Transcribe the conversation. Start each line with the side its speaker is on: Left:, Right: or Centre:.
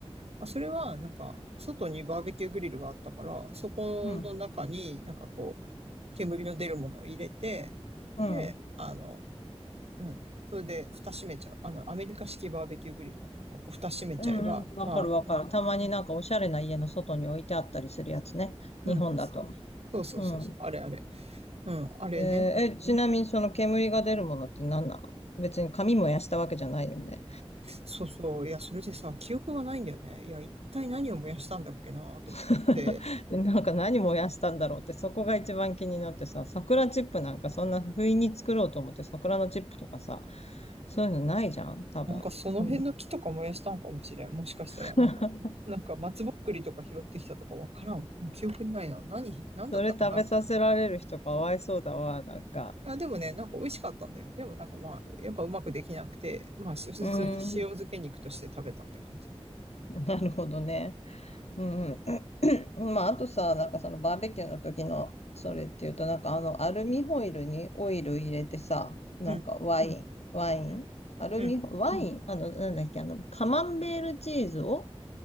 Right: あそれは、なんか、外にバーベキューグリルがあったから、そこの中になんかこう、
Left: うん、
Right: 煙の出るものを入れて、
Left: うん、
Right: で、あの、うん。それで、蓋閉めちゃう。あの、アメリカ式バーベキューグリルだから、ここ蓋閉めちゃえば、
Left: うんうん、わかるわかる。
Right: まあ、
Left: たまになんかおしゃれな家の外に置いてあったりするやつね。
Right: うんうん。
Left: 日本だと。
Right: そうそうそうそう。
Left: うん。
Right: あれあれ。うん、あれね。
Left: えーえ、ちなみにその煙が出るものって何なの別に紙燃やしたわけじゃないよね。
Right: そうそう。いや、それでさ、記憶がないんだよね。いや、一体何を燃やしたんだっけなと思って。
Left: <laughs> でなんか何燃やしたんだろうって、そこが一番気になってさ、桜チップなんかそんな不意に作ろうと思って桜のチップとかさ、そういうのないじゃん、多分。
Right: なんかその辺の木とか燃やしたんかもしれん。
Left: うん
Right: もしかしたら、
Left: <laughs>
Right: なんか、なんか松ぼっくりとか拾ってきたとかわからん。もう記憶にないな。何、何だったかな。
Left: それ食べさせられる人かわいそうだわ、なんか。
Right: あ、でもね、なんか美味しかったんだよ。でもなんかまあ、やっぱうまくできなくて、まあし普通に塩漬け肉として食べたって感じ。
Left: うーん、<laughs> なるほどね。うんうん。<clears throat> まあ、あとさ、なんかそのバーベキューの時のそれっていうと、なんかあのアルミホイルにオイル入れてさ、なんかワイン、
Right: うん、
Left: ワイン、
Right: うん、
Left: アルミホ、
Right: うん。
Left: ワイン、あの、なんだっけ、あの、カマンベールチーズを、